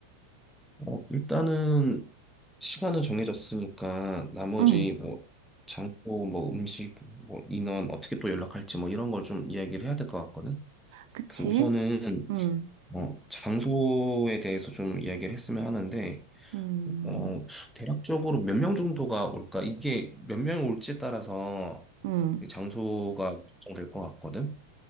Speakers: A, in the centre; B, on the right (about 50°).
A: 어, 일단은 시간은 정해졌으니까 나머지
B: 응,
A: 뭐 장소, 뭐 음식, 뭐 인원 어떻게 또 연락할지 뭐 이런 걸 좀 이야기를 해야 될 것 같거든.
B: 그치?
A: 그래서 우선은
B: 응,
A: 어, 장소에 대해서 좀 이야기를 했으면 하는데
B: 음,
A: 어, 대략적으로 몇 명 정도가 올까? 이게 몇 명 올지에 따라서
B: 응,
A: 이 장소가 결정될 것 같거든.